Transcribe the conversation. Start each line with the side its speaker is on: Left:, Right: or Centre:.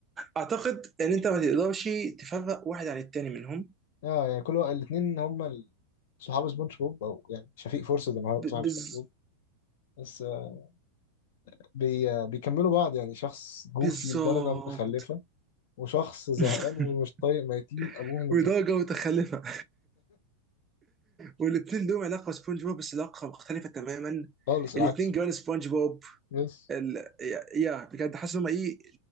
Right: اعتقد ان انت ما تقدرش تفرق واحد عن التاني منهم
Left: اه يعني كل الاثنين هما ال- صحاب سبونج بوب او يعني شفيق فرصة ان هو
Right: ب-
Left: صاحب
Right: بز...
Left: سبونج بوب بس آه، بي آه، بيكملوا بعض يعني شخص جوفي
Right: بالظبط
Left: لدرجة متخلفة وشخص زهقان
Right: <laughs>
Left: ومش طايق ميتين ابوهم
Right: ودرجه
Left: الاثنين
Right: متخلفه والاثنين لهم علاقه بسبونج بوب بس علاقه مختلفه تماما
Left: خالص العكس
Right: الاثنين جوان سبونج بوب
Left: بس
Right: ال... يا يا، بجد حاسس ان هم ايه